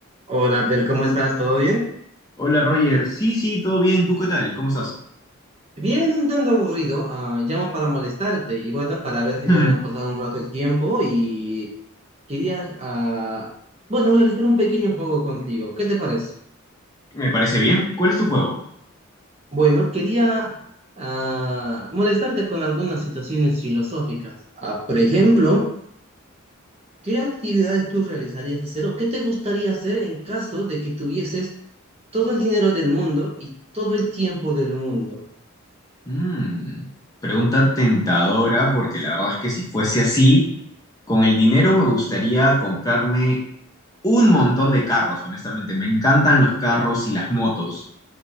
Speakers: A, on the right; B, on the left.
A: Hola Abdel, ¿cómo estás? ¿Todo bien?
B: Hola Roger, sí, sí, todo bien, ¿tú qué tal? ¿Cómo estás?
A: Bien, un tanto aburrido. ah, llamo para molestarte y bueno, para ver si
B: <clears throat>
A: podemos pasar
B: <laughs>
A: un rato el tiempo y quería, ah, bueno, realizar un pequeño juego contigo. ¿Qué te parece?
B: Me parece bien. ¿Cuál es tu juego?
A: Bueno, quería ah, molestarte con algunas situaciones filosóficas. Ah, por ejemplo, ¿qué actividades tú realizarías hacer o qué te gustaría hacer en caso de que tuvieses todo el dinero del mundo y todo el tiempo del mundo?
B: Mm, pregunta tentadora, porque la verdad es que si fuese así, con el dinero me gustaría comprarme un montón de carros, honestamente. Me encantan los carros y las motos.